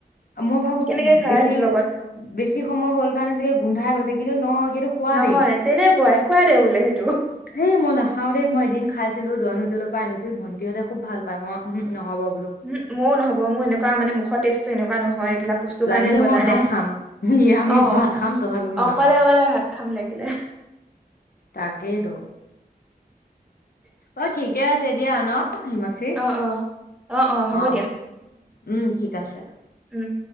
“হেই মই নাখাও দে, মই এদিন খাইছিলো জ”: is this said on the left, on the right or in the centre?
Left